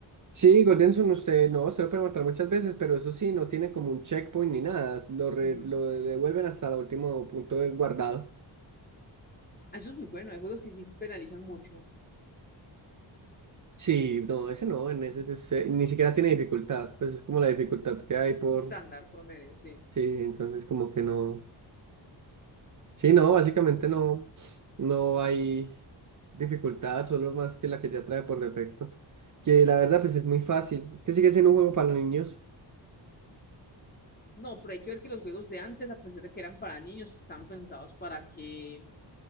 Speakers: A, on the right; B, on the left.
A: Sí, Golden Sun, usted no, se lo puede matar muchas veces, pero eso sí, no tiene como un checkpoint ni nada. Lo, re-
B: Ujú.
A: lo devuelven hasta el último punto de guardado.
B: Eso es muy bueno. Hay juegos que sí penalizan mucho.
A: Sí, no, ese no, en ese, se- ni siquiera tiene dificultad. Pues es como la dificultad que hay por.
B: Estándar, promedio, sí.
A: Sí, entonces como que no. Sí, no, básicamente no. No hay dificultad, solo más que la que ya trae por defecto. Que la verdad, pues es muy fácil. Es que sigue siendo un juego para niños.
B: No, pero hay que ver que los juegos de antes, a pesar de que eran para niños, están pensados para que,